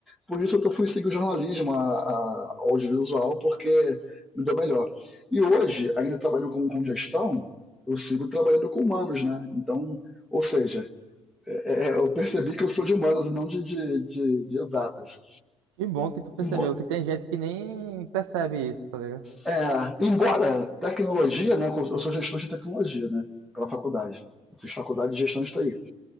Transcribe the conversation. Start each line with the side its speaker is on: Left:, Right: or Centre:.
Centre: Por isso eu fui seguir o jornalismo, a, a, ao audiovisual, porque me deu melhor. E hoje, ainda trabalhando com, com gestão, eu sigo trabalhando com humanos, né? Então, ou seja, é, é, eu percebi que eu sou de humanos e não de, de, de, de exatas.
Right: Que bom que tu percebeu,
Centre: Embo
Right: que tem gente que nem percebe isso, tá ligado?
Centre: é, embora tecnologia, né? Eu sou gestor de tecnologia, né? Pela faculdade. Eu fiz faculdade de gestão de TI.